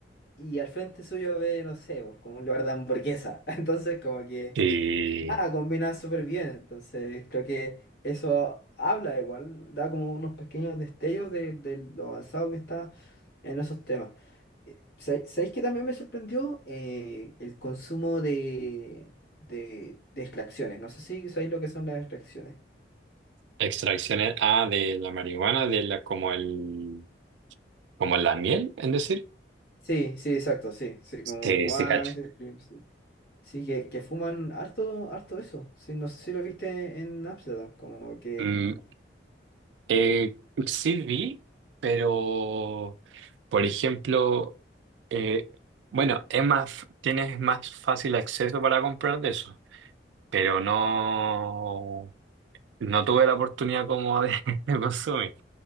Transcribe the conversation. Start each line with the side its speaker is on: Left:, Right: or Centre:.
Left: y al frente suyo ve, no sé, pues, como un lugar de hamburguesa. <laughs> Entonces como que
Right: Y
Left: Nada, combina súper bien, entonces creo que eso habla igual, da como unos pequeños destellos de, de lo avanzado que está en esos temas. Eh, ¿sabe- ¿Sabéis que también me sorprendió Eh, el consumo de, de, de extracciones? No sé si sabéis lo que son las extracciones.
Right: extracciones, ah, de la marihuana, de la, como el, como la miel, es decir.
Left: Sí, sí, exacto, sí, sí, como
Right: Sí,
Left: el guas,
Right: sí, cacho.
Left: el cream, sí. Sí, que, que fuman harto, harto eso. Sí, no sé si lo viste en Amsterdam, como que...
Right: Mm, eh, sí vi, pero, por ejemplo, eh, bueno, es más, tienes más fácil acceso para comprar de eso, pero no, no tuve la oportunidad como de, <laughs> de consumir.